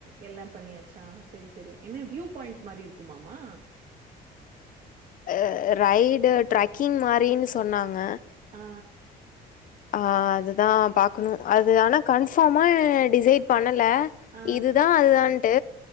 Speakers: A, on the right (about 50°); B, on the left (about 50°).
A: எல்லா பண்ணியாச்சா செரி செரி என்ன வியூ பாயிண்ட் மாரி இருக்குமாமா
B: அ ரைடு ட்ரக்கிங் மாரினு சொன்னாங்க
A: ஆ
B: ஆ அதுதா பாக்ணு அது ஆனா கன்பாமா டிசைட் பண்ணல
A: ஆ
B: இதுதா அதுதான்டு